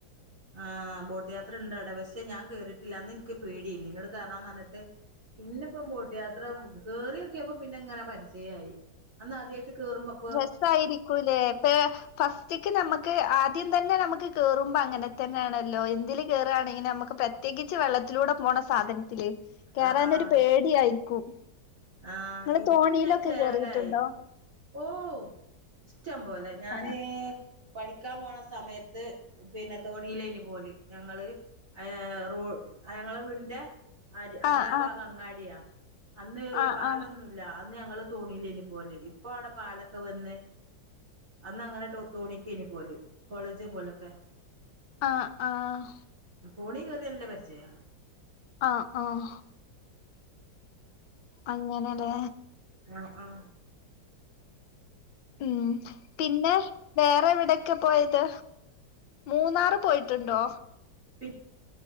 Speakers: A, on the right; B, on the left.
A: ആഹ് ബോട്ട് യാത്ര ഇണ്ട് അവിടെ പക്ഷെ ഞാൻ കേറിയിട്ടില്ല അന്ന് എനിക്ക് പേടിയേനി എന്നോട് കേറാൻ പറഞ്ഞിട്ട് പിന്നെ ഇപ്പം ബോട്ട് യാത്ര കേറിയൊക്കെപ്പ പിന്നെ എങ്ങനെ പരിചയമായി അന്ന് ആദ്യായിട്ട് കേറുമ്പം
B: രസായിരിക്കൂല്ലേ പേ ഫസ് റ്റ്ക്ക് നമുക്ക് ആദ്യം തന്നെ നമുക്ക് കേറുമ്പോൾ അങ്ങനെ തന്നെയാണല്ലോ എന്തില് കേറുകയാണെങ്കിലും നമുക്ക് പ പ്രത്യേകിച്ച് വെള്ളത്തിലൂടെ പോണ സാധനത്തില് കേറാൻ
A: ആഹ്
B: ഒരു പേടിയായിരിക്കും
A: ആഹ്
B: നിങ്ങള്
A: ഇപ്പൊ
B: തോണിയിലൊക്കെ
A: പിന്നെ അത് ചേലായി
B: കേറിയിട്ടുണ്ടോ
A: ഓ ഇഷ്ടം പോലേ ഞാന്
B: ആഹ്
A: പഠിക്കാൻ പോണ സമയത്ത് പിന്നെ തോണിയിലേനി പോവല് ഞങ്ങള് റോ ഞങ്ങളെ വീടിറെ ആര് അങ്ങെ
B: ആഹ്
A: ഭാഗം അങ്ങാടിയാ അന്ന്
B: ആഹ്
A: പാലൊന്നുമല്ല
B: ആഹ്
A: അന്ന് ഞങ്ങള്ൾ തോണില്ലേ ഇനി പോവൽ ഇപ്പൊ അവിടെ പാലൊക്കെ വന്ന് അന്ന് അങ്ങനെട്ട് തോണിക്ക ഇനി പോല കോളേജ പോലൊക്കെ
B: ആ ആഹ
A: തോണി കയറി നല്ല പരിജയം ആ
B: ആഹ ആഹ അങ്ങനെല്ലേ
A: ആഹ ആഹ
B: ഉം പിന്നെ വേറെ എവിടെൊക്കെ പോയത് മൂന്നാറ് പോയിട്ടുണ്ടോ
A: പി